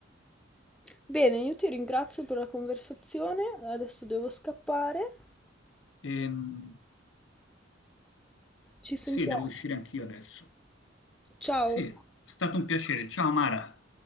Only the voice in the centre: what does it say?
Bene, io ti ringrazio per la conversazione, adesso devo scappare.
Ci sentiamo.
Ciao.